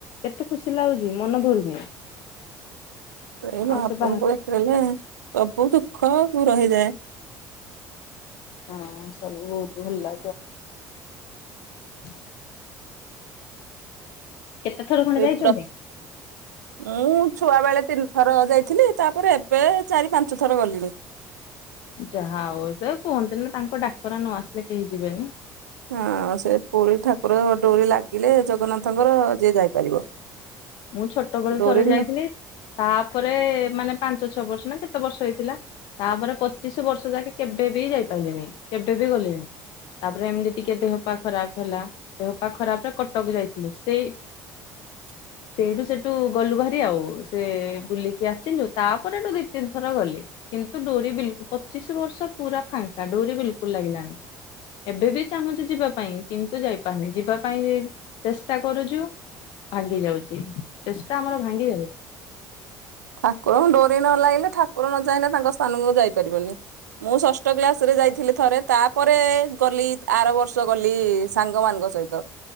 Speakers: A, on the left; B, on the right.
A: କେତେ ଖୁସି ଲାଗୁଛି ମନ ଭରୁନି।
B: ଏଇ ମା
A: ଆଉ ସେ ବାହାର
B: <unintelligible> ସବୁ ଦୁଃଖ ଦୂର ହେଇଯାଏ।
A: ହଁ ସବୁ ବହୁତ ଭଲ <unintelligible>
B: <unintelligible>
A: କେତେ ଥର
B: <unintelligible>
A: ଖଣ୍ଡେ ଯାଇଛନ୍ତି?
B: ମୁଁ ଛୁଆ ବେଳେ ତିନି ଥର ଯାଇଥିଲି ତାପରେ ଏବେ ଚାରି ପାଞ୍ଚ ଥର ଗଲିଣି
A: ଯାହା ହଉ ତ କୁହନ୍ତି ନା ତାଙ୍କ ଡାକରା ନ ଆସିଲେ କେହି ଯିବେନି।
B: ହଁ ସେ ପୁରୀ ଠାକୁର ଡୋରି ଲାଗିଲେ ଜଗନ୍ନାଥଙ୍କର ଯିଏ ଯାଇପାରିବ।
A: ମୁଁ ଛୋଟବେଳେ
B: ଡୋରି
A: ଥରେ ଯାଇଥିଲି
B: ନ
A: ତାପରେ ମାନେ ପାଞ୍ଚ ଛଅ ବର୍ଷ ନା କେତେ ବର୍ଷ ହେଇଥିଲା। ତାପରେ ପଚିଶ ବର୍ଷ ଯାକେ କେବେ ବି ଯାଇପାରିଲନି କେବେ ବି ଗଲିଣିି। ତାପରେ ଏମିତି ଟିକେ ଦେହ ପା ଖରାପ ହେଲା ଦେହପା ଖରାପ ରେ କଟକ ଯାଇଥିଲୁ। ସେ
B: <inaudible>
A: ସେଇଠୁ ସେଇଠୁ ଗଲୁ ଭାରି ଆଉ ସେ ବୁଲିକି ଆସିଲୁ ତାପରେ ଦୁଇ ତିନି ଥର ଗଲି। କିନ୍ତୁ ଡୋରି ବିଲକୁଲ ପଚିଶି ବର୍ଷ ପୁରା ଫାଙ୍କା ଡୋରି ବିଲକୁଲ ଲାଗିଲାଣିି। ଏବେ ବି ଚାହୁଁଛି ଯିବା ପାଇଁ କିନ୍ତୁ ଯାଇପାରୁନି ଯିବା ପାଇଁ ଚେଷ୍ଟା କରୁଛୁ। ଭାଙ୍ଗି ଯାଉଛି ଚେଷ୍ଟା ଆମର ଭାଙ୍ଗି ଯାଉଛି।
B: ଠାକୁରଙ୍କୁ ଡୋରି ନ ଲାଗିଲେ ଠାକୁର ନ ଯାଇଁଲେ ତାଙ୍କ ସ୍ଥାନକୁ ଯାଇପାରିବନି। ମୁଁ ଷଷ୍ଠ କ୍ଳାସ ରେ ଯାଇଥିଲି ଥରେ ତାପରେ ଗଲି ଆର ବର୍ଷ ଗଲି ସାଙ୍ଗ ମାନଙ୍କ